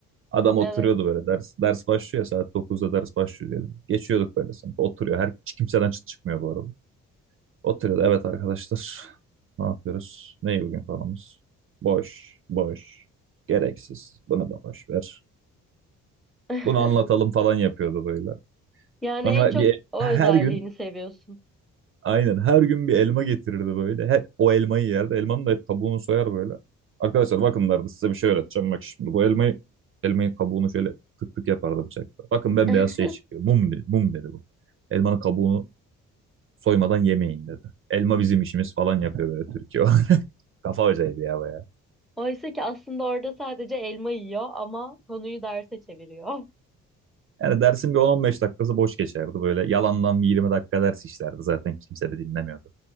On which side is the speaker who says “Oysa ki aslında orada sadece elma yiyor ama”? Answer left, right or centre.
Centre